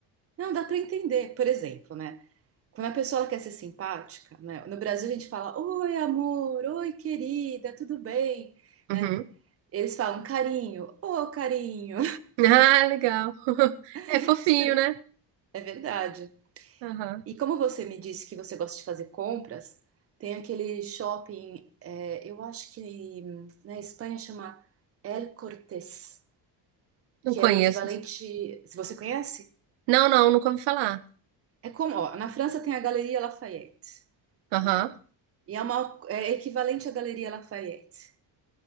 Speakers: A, on the right; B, on the right.
A: Não, dá para entender, por exemplo, né? Quando a pessoa ela quer ser simpática, né? No Brasil a gente fala, oi amor, oi querida, tudo bem, né?
B: Uhum.
A: Eles falam carinho, ô carinho.
B: Ah, legal. <laughs>
A: <laughs>
B: É fofinho,
A: Super-
B: né?
A: É verdade.
B: Aham.
A: E como você me disse que você gosta de fazer compras, tem aquele shopping, é, eu acho que hum, na Espanha chama El Cortés,
B: Não
A: que
B: conheço.
A: é o equivalente, se você conhece,
B: Não, não, nunca ouvi falar.
A: é como, ó, na França tem a Galeria Lafayette,
B: Aham.
A: né? E é uma, é equivalente à Galeria Lafayette.